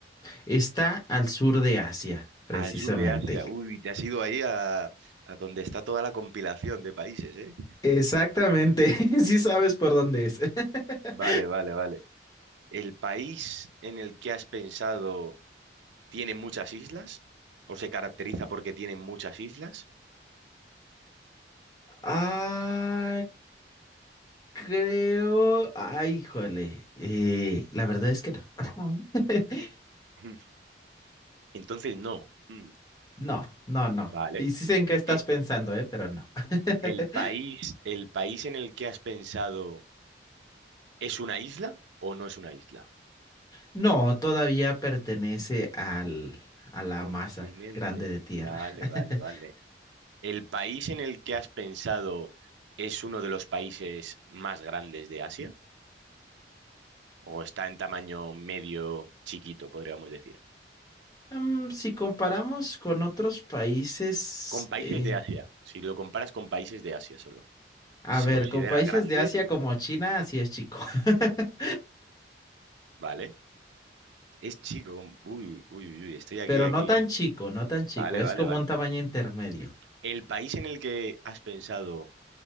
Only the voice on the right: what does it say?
Al sur de Asia. Uy, te has ido ahí a, a donde está toda la compilación de países, ¿eh?
Vale, vale, vale. ¿El país en el que has pensado tiene muchas islas? ¿O se caracteriza porque tiene muchas islas?
Mm, Entonces no. Mm,
Vale.
Eh,
¿El país, el país en el que has pensado es una isla o no es una isla?
Continente.
Vale,
vale, vale. ¿El país en el que has pensado es uno de los países más grandes de Asia? ¿O está en tamaño medio chiquito, podríamos decir?
con países
de Asia. Si lo comparas con países de Asia solo.
Si
Se considera
grande,
vale. Es chico. Uy, uy, uy, uy, estoy aquí,
aquí.
Vale,
vale,
vale.
¿El país en el que has pensado